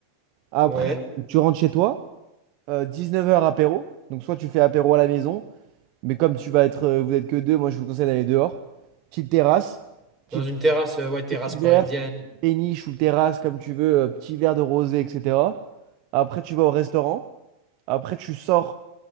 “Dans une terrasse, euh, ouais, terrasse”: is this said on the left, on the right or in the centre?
Right